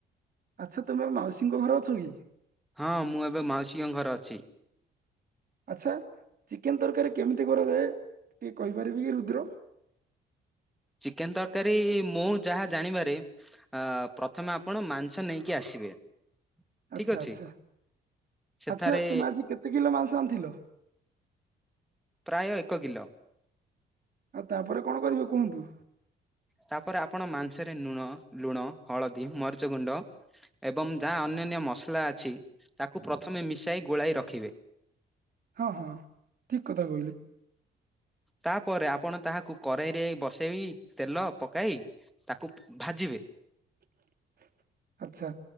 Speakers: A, on the right; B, in the centre.
A: ଆଚ୍ଛା ତୁମେ ମାଉସୀଙ୍କ ଘରେ ଅଛ କି?
B: ହଁ ମୁଁ ଏବେ ମାଉସୀଙ୍କ ଘର ଅଛି।
A: ଆଚ୍ଛା ଚିକେନ ତରକାରୀ କେମିତି କରାଯାଏ ଟିକେ କହିପାରିବ କି ରୁଦ୍ର? <inaudible>
B: ଚିକେନ ତରକାରୀ ମୁଁ ଯାହା ଜାଣିବାରେ ପ୍ରଥମେ ଆପଣ ମାଂସ ନେଇକି ଆସିବେ। <inaudible> ଠିକ
A: ଆଚ୍ଛା
B: ଅଛି
A: ଆଚ୍ଛା
B: ସେଠାରେ
A: ଆଚ୍ଛା ତୁମେ ଆଜି କେତେ କିଲ ମାଂସ ଆଣିଥିଲ?
B: ପ୍ରାୟ ଏକ କିଲ।
A: ଆଉ ତାପରେ କଣ କରିବ କୁହନ୍ତୁ?
B: ତାପରେ ଆପଣ ମାଂସରେ ଲୁଣ ଲୁଣ, ହଳଦୀ, ମରିଚ ଗୁଣ୍ଡ ଏବଂ ଯାହା ଅନ୍ୟାନ୍ୟ ମସଲା ଅଛି ତାକୁ ପ୍ରଥମେ ମିଶାଇ ଗୋଳାଇ ରଖିବେ।
A: ହଁ ହଁ ଠିକ କଥା କହିଲେ।
B: ତାପରେ ଆପଣ ତାହାକୁ କରେଇରେ ବସେଇ ତେଲ ପକାଇ ତାକୁ ଭାଜିବେ।
A: <inaudible> ଆଚ୍ଛା